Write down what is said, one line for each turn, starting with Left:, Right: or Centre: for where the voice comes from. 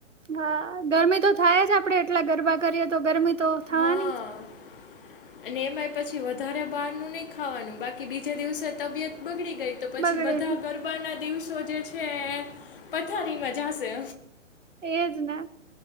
Right: હા ગરમી તો થાય જ આપડે એટલા ગરબા કરીએ તો ગરમી તો થવાની
Left: હા
Right: જ.
Left: અને એમાંય પછી વધારે બહાર નું નહી ખાવાનું બાકી બીજે દિવસે તબિયત બગડી ગઈ તો
Right: જ
Left: પછી
Right: બગડે
Left: બધા ગરબાના દિવસો જે છે પથારીમાં જશે.
Right: એજ ને.